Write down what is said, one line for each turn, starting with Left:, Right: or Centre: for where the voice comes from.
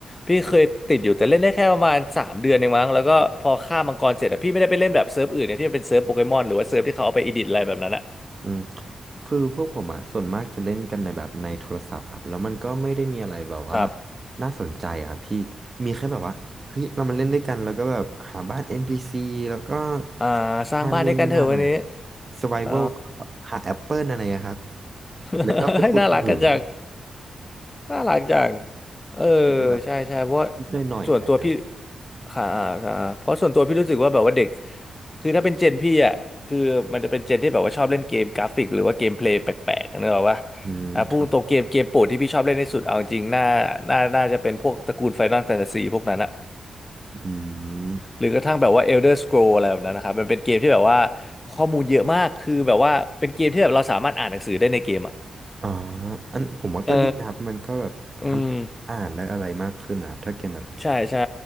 Left: พี่เคยติดอยู่แต่เล่นได้แค่ประมาณสามเดือนเองมั้งแล้วก็พอฆ่ามังกรเสร็จอะพี่ไม่ได้ไปเล่นแบบเซิร์ฟอื่นเนี่ยที่มันเป็นเซิร์ฟโปเกมอนหรือว่าเซิร์ฟที่เขาเอาไปอีดิทอะไรแบบนั้นอะ
Right: อืมคือพวกผมอ่ะส่วนมากจะเล่นกันในแบบในโทรศัพท์ครับแล้วมันก็ไม่ได้มีอะไรแบบว่า
Left: ครับ
Right: น่าสนใจอะครับพี่มีแค่แบบว่าเฮ้ยเรามาเล่นด้วยกันแล้วก็แบบหาบ้าน NPC แล้วก็
Left: อ่าสร้างบ้านด้วยกันเถอะวันนี้
Right: มานู่นนี่นั่นหน่อยครับ Survival
Left: เออ
Right: ก็หาแอปเปิลอะไรอะครับ
Left: <laughs>
Right: แล้วก็ไปขุดเหมือง
Left: ให้น่ารักกันจังน่ารักจังเออ
Right: ก็จะแบบ
Left: ใช่ใช่เพราะว่า
Right: นิดหน่อยๆอะไรครับ
Left: ส่วนตัวพี่ค่ะค่ะเพราะส่วนตัวพี่รู้สึกว่าแบบว่าเด็กคือถ้าเป็นเจนพี่อ่ะคือมันจะเป็นเจนที่แบบว่าชอบเล่นเกมกราฟิกหรือว่าเกมเพลย์แปลกๆนึกออกปะ
Right: อืมครับ
Left: อ่ะพูดตรงเกมเกมโปรดที่พี่ชอบเล่นที่สุดเอาจริงๆน่าน่าน่าจะเป็นพวกตระกูล Final Fantasy พวกนั้นอะ
Right: อืม
Left: หรือกระทั่งแบบว่า Elder Scroll อะไรแบบนั้นนะครับมันเป็นเกมที่แบบว่าข้อมูลเยอะมากคือแบบว่าเป็นเกมที่แบบเราสามารถอ่านหนังสือได้ในเกมอะ
Right: อ่าอันผมว่าก็ดีนะครับมันก็แบบทำให้อ่านได้อะไรมากขึ้นนะครับถ้าเกมแบบ
Left: เอออืม ใช่ใช่